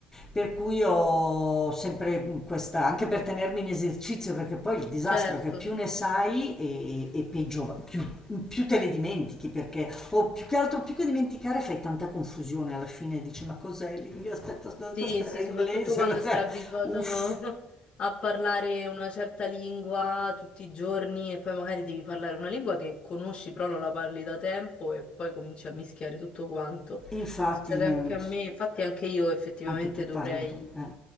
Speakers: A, on the left; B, on the left.
A: Per cui ho sempre questa, anche per tenermi in esercizio, perché poi il disastro
B: Certo.
A: è che più ne sai e, e peggio, va- più, più te le dimentichi, perché, o più che altro, più che dimenticare fai tanta confusione alla fine, dici ma cos'è l'inglese? Aspetta,
B: Sì,
A: questo
B: sì,
A: era
B: soprattutto
A: inglese,
B: quando
A: <laughs>
B: sei abituato
A: uff.
B: <laughs> a parlare una certa lingua tutti i giorni e poi magari devi parlare una lingua che conosci però non la parli da tempo e poi cominci a mischiare tutto quanto.
A: Infatti,
B: Succede
A: eh,
B: anche a me, infatti anche io effettivamente
A: Anche tu
B: dovrei,
A: parli un po', eh.